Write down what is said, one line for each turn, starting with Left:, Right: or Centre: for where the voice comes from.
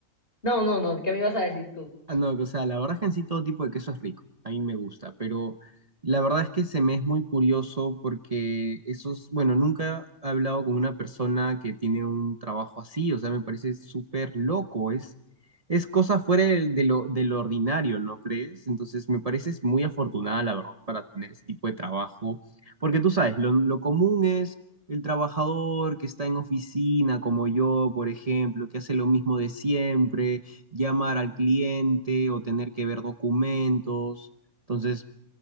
Left: no, no, no, ¿qué me ibas a decir tú?
Right: Ah, No, o sea, la verdad es que en sí todo tipo de queso es rico, a mí me gusta, pero la verdad es que se me es muy curioso porque esos, bueno, nunca he hablado con una persona que tiene un trabajo así, o sea, me parece súper loco, es, es cosa fuera del- de lo, de lo ordinario, ¿no crees? Entonces me pareces muy afortunada, la verdad, para tener ese tipo de trabajo, porque tú sabes, lo, lo común es el trabajador que está en oficina, como yo, por ejemplo, que hace lo mismo de siempre llamar al cliente o tener que ver documentos. Entonces,